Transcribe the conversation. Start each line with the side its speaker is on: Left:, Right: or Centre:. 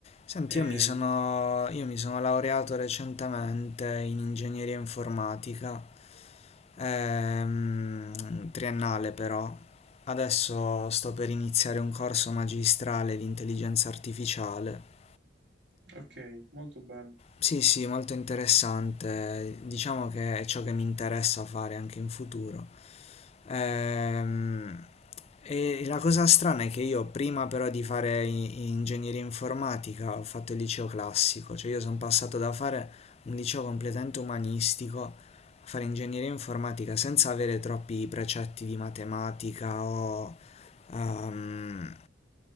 Left: Senti,
Right: E,
Left: io mi sono, io mi sono laureato recentemente in ingegneria informatica, ehm, triennale però. Adesso sto per iniziare un corso magistrale di intelligenza artificiale
Right: ok, molto bello.
Left: Sì, sì, molto interessante. Diciamo che è ciò che mi interessa fare anche in futuro. Ehm, e la cosa strana è che io prima però di fare i- ingegneria informatica ho fatto il liceo classico, cioè io sono passato da fare un liceo completamente umanistico a fare ingegneria informatica senza avere troppi precetti di matematica o, ehm,